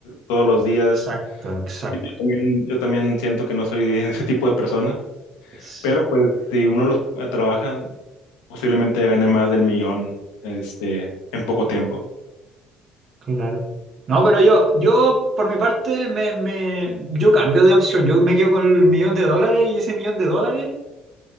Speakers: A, on the left (about 70°); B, on the right (about 50°).
A: todos los días.
B: exacto, exacto.
A: Yo, yo también, yo también siento que no soy <laughs> ese tipo de persona,
B: Es
A: pero pues si uno los eh, trabaja Posiblemente gane más del millón, este, en poco tiempo.
B: claro. No, pero yo, yo por mi parte, me, me, yo cambio de opción. Yo me quedo con el millón de dólares y ese millón de dólares,